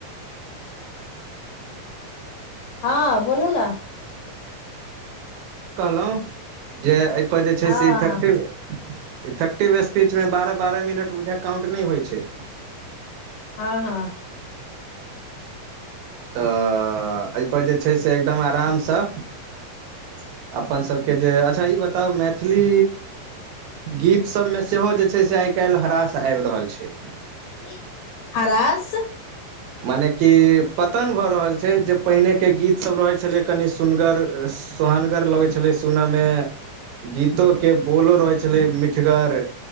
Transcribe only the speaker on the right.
कहलो जे एहिपर जे छै
से इफेक्टिव
इफेक्टिव स्पीच मे बारह बारह मिनट बुझा काउंट नइ होइ छै
तऽ एहिपर जे छै से एकदम आरामसँ
अपन सभ केँ जे अच्छा ई बताउ मैथिली गीतसभमे सेहो जे छै से आइ काइल हरास आइब रहल छै।
मने कि पतन भऽ रहल छै जे पहिने केँ गीतसभ रहैत छलै कनि सुगर सोहनगर लगैत छलै सुन मे गीतो केँ बोलो रहै छलै मिठगर